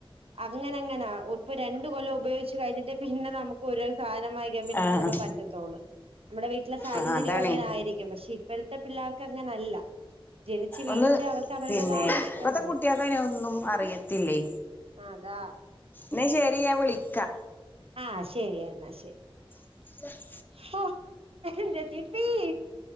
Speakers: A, on the right; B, on the left.
A: അങ്ങനങ്ങനാ ഇപ്പ രണ്ട കൊല്ലം ഉപയോഗിച്ചച്ച് കഴിഞ്ഞിട്ട് പിന്നെ നമുക്ക് ഒരു സാനം വാങ്ങിക്കാൻ പിന്നെ
B: ആഹ്
A: ചെലപ്പോ പറ്റത്തൊള് നമ്മുടെ വീട്ടിലെ സാഹചര്യവും
B: ആഹ് അതാണേ
A: അങ്ങനെ ആയിരിക്കും പക്ഷെ ഇപ്പഴത്തെ പിള്ളേർക്ക് അങ്ങനല്ല ജനിച്ചു വീഴുമ്പോ
B: ഒന്ന്
A: അവർക്ക് അവരുടേതായ
B: പിന്നെ
A: ഇഷ്ടങ്ങള്
B: ഇപ്പത്തെ കുട്ടിയെ ക്കയ്നൊന്നും അറിയത്തില്ലേ
A: അതാ
B: ന്ന ശെരി ഞാൻ വിളിക്കാ
A: ആ ശെരിയെന്നാ ശെരി
B: <inaudible>
A: <unintelligible>